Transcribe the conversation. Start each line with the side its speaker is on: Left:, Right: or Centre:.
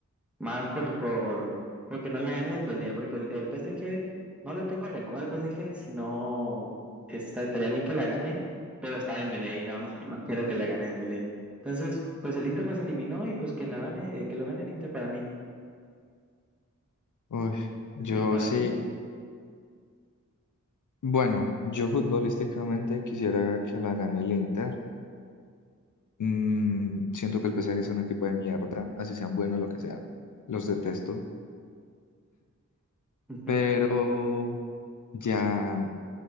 Centre: Más por, por porque no la gane Dembélé, porque el, el PSG no le tengo rencor al PSG, sino está, estaría bien que la gane, pero está Dembélé y no, no, <laughs> no quiero que la gane Dembélé. Entonces, pues el Inter nos eliminó y pues que la gane, que lo gane el Inter para mí
Left: Uy, yo
Centre: y para
Left: sí,
Centre: ti.
Left: Bueno, yo futbolísticamente quisiera que la gane el Inter. Mm, siento que el PSG es un equipo de mierda, así sean buenos, lo que sea. Los detesto.
Centre: <laughs>
Left: Pero ya